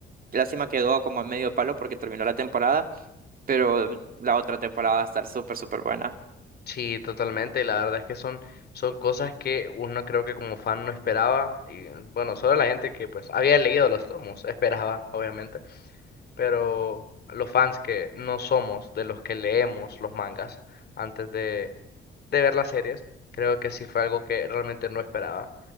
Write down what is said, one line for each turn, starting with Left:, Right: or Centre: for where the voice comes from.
Right: lástima quedó como en medio palo porque terminó la temporada, pero la otra temporada va a estar súper, súper buena.
Left: sí, totalmente. La verdad es que son, son cosas que uno creo que como fan no esperaba. Y bueno, solo la gente que pues había leído los tomos esperaba, obviamente. pero los fans que no somos de los que leemos los mangas antes de, de ver las series, creo que sí fue algo que realmente no esperaba.